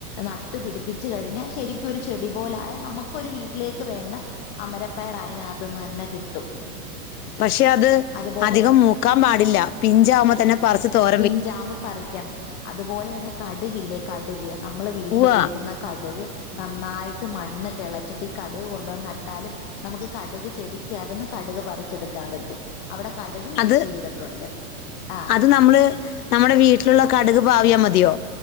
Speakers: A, on the left; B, on the left.
A: നട്ടു പിടിപ്പിച്ച് കഴിഞ്ഞാൽ ശരിക്കൊരു ചെടി പോലായാൽ നമുക്കൊരു വീട്ടിലേക്ക് വേണ്ട അമരപ്പയറ് അതിനകത്തുനിന്ന് തന്നെ കിട്ടും
B: പക്ഷേ അത്
A: അതുപോലെ
B: അധികം മൂക്കാൻ പാടില്ല പിഞ്ചാവുമ്പൊതന്നെ പറിച്ച് തോര-
A: പിൻചാമ്പം പറിക്കണം അതുപോലെ തന്നെ കടുകില്ലേ കട്- നമ്മള് വീട്ടിൽ
B: ഉവ്വ
A: ഉപയോഗിക്കുന്ന കടുക് നന്നായിട്ട് മണ്ണ് കെളച്ചിട്ട് ഈ കടുക് കൊണ്ടുവന്ന് നട്ടാലും നമുക്ക് കടുക് ചെടിക്കാതെന്ന് കടുക് പറിച്ചെടുക്കാൻ പറ്റും അവിടെ കടുകും കൃഷിചെയ്തിട്ടുണ്ട്
B: അത്
A: ആഹ്
B: അത് നമ്മള് നമ്മുടെ വീട്ടിലുള്ള കടുക് പാവിയ മതിയോ